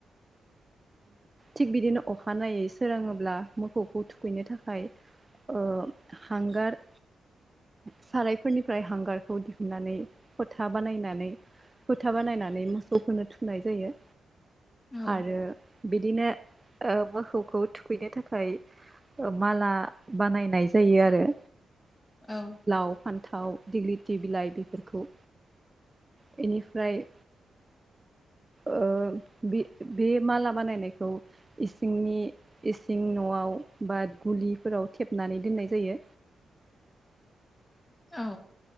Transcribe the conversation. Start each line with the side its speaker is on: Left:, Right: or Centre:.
Left: <inaudible>
Right: थिग बिदिनो अखानायै सोरङोब्ला मोसौखौ थुखैनो थाखाय ओ हांगार सारायफोरनिफ्राय हांगारखौ दिहुननानै फोथा बानायनानै फोथा बानायनानै मोसौफोरो थुननाय जायो।
Left: औ
Right: आरो बिदिनो ओ मोसौखौ थुखैनो थाखाय ओ माला बानायनाय जायो आरो।
Left: औ।
Right: लाव फान्थाव दग्लिथि बिलाइ बेफोरखौ बेनिफ्राय
Left: <inaudible>
Right: ओ बे बे माला बानायनायखौ इसिंनि इसिं न'आव बा गुलिफोराव थेबनानै दोननाय जायो।
Left: <inaudible> औ।